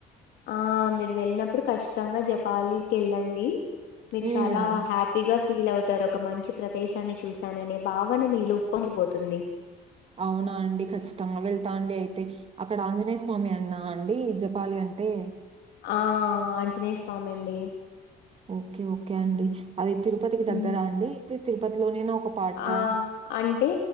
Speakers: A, on the left (about 80°); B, on the right (about 35°).
A: ఆ మీరు వెళ్ళినప్పుడు, ఖచ్చితంగా, జపాలికెళ్ళండి. మీరు
B: హ్మ్.
A: చాలా హ్యాపీగా, ఫీల్ అవుతారు, ఒక మంచి ప్రదేశాన్ని, చూసాననే. భావన మీలో, ఉప్పొంగిపోతుంది.
B: అవునా అండి, ఖచ్చితంగా వెళ్తా అండి, అయితే అక్కడ ఆంజనేయ స్వామి అన్నా అండి జపాలి అ. దే.
A: ఆ ఆంజనేయ స్వామిండీ.
B: ఓకే ఓకే అండి అది తిరుపతికి
A: హ్మ్.
B: దగ్గరా అండీ ఐతే తిరుపతిలోనేనా ఒక పార్టా.
A: ఆ! అంటే